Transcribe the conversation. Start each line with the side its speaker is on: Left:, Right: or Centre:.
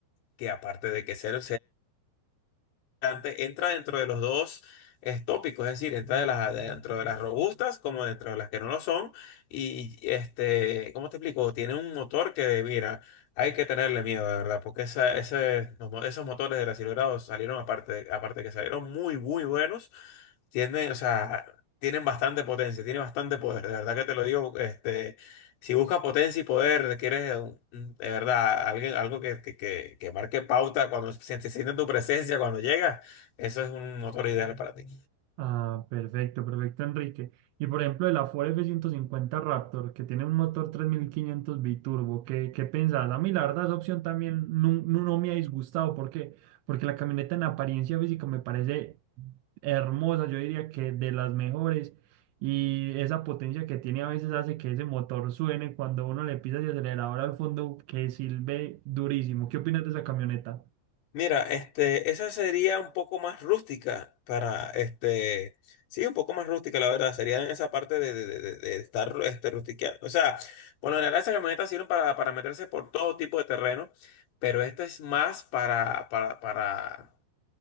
Left: que aparte de que ser, ante- entra dentro de los dos eh, tópicos, es decir, entra de las, dentro de las robustas como dentro de las que no lo son. Y este, ¿cómo te explico? Tiene un motor que, mira, hay que tenerle miedo, de verdad, porque esa, ese- los mo- esos motores del acelerado salieron, aparte, aparte que salieron muy, muy buenos, tienen, o sea, tienen bastante potencia, tienen bastante poder, de verdad que te lo digo, este. Si buscas potencia y poder, quieres un- un- de verdad alguien, algo que, que, que, que marque pauta cuando se se siente tu presencia, cuando llegas, eso es un motor ideal para ti.
Right: Ah, perfecto, perfecto, Enrique. Y por ejemplo, el Afore F-150 Raptor, que tiene un motor 3500 biturbo, ¿qué, qué pensás? A mí, la verdad, esa opción también no, no, no me ha disgustado. ¿Por qué? Porque la camioneta en apariencia física me parece hermosa, yo diría que de las mejores. Y esa potencia que tiene a veces hace que ese motor suene cuando uno le pisa el acelerador al fondo, que silbe durísimo. ¿Qué opinas de esa camioneta?
Left: Mira, este, esa sería un poco más rústica para, este, sí, un poco más rústica, la verdad, sería en esa parte de, de, de, de- de estar este, rustiqueando. O sea, por lo general esas camionetas sirven para, para meterse por todo tipo de terreno, pero esta es más para, para, para